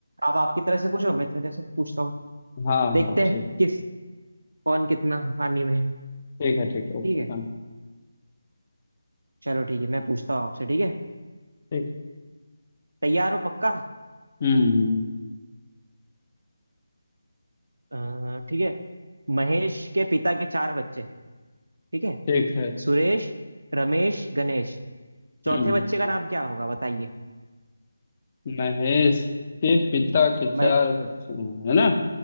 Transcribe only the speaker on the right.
आप आपकी तरह से पूछो मैं इतनी तरह से पूछता हूँ
देखते
हैं
किस कौन कितना पानी में है
ठीक है
चलो ठीक है मैं पूछता हूँ आपसे ठीक है
तैयार हो पक्का
अ, ठीक है महेश के पिता के चार बच्चे ठीक है
सुरेश रमेश गणेश चौथे
बच्चे का नाम क्या होगा बताइए
मैं